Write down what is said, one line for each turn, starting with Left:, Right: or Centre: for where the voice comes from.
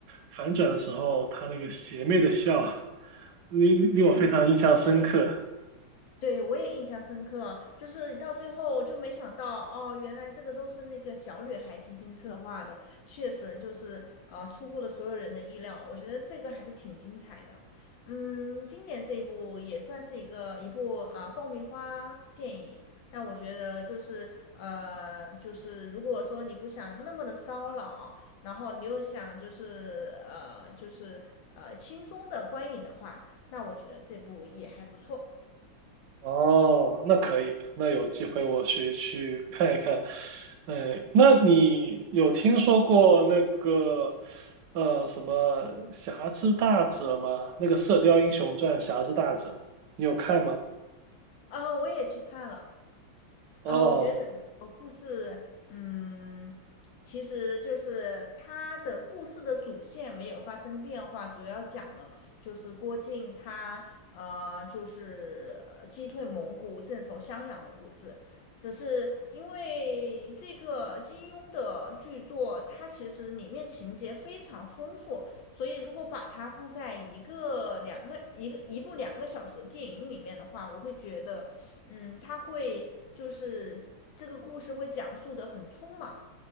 Right: 反转的时候，她那个邪魅的笑，令令我非常印象深刻。
Left: 嗯，对。对，我也印象深刻，就是到最后就没想到哦，原来这个都是那个小女孩精心策划的，确实就是呃出乎了所有人的意料。我觉得这个还是挺精彩的。嗯，今年这一部也算是一个一部啊、爆米花电影，但我觉得就是呃就是如果说你不想那么的骚扰，然后你又想就是呃就是呃轻松的观影的话，那我觉得这部也还不错。
Right: 哦，那可以，那有机会我去去看一看。哎，那你有听说过那个呃什么《侠之大者》吗？那个《射雕英雄传》《侠之大者》，你有看吗？
Left: 啊，我也去看了
Right: 哦，
Left: 啊，我觉得整个呃故事，嗯，其实就是它的故事的主线没有发生变化，主要讲了就是郭靖他呃，就是呃击退蒙古、镇守襄阳的故事。只是因为这个金庸的巨作，它其实里面情节非常丰富，所以如果把它放在一个两个一个一部两个小时的电影里面的话，我会觉得。嗯，他会就是这个故事会讲述的很匆忙。